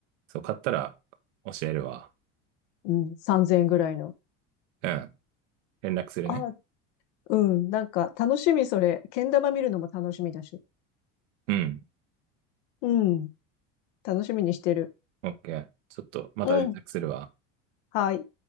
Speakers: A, on the right; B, on the left.
A: そう、買ったら教えるわ。
B: うん、3000円ぐらいの。
A: うん、連絡するね。
B: あ、うん、なんか楽しみそれ。けん玉見るのも楽しみだし。
A: うん、
B: うん、楽しみにしてる。
A: オッケー。ちょっと、また連絡するわ。
B: うん、はい。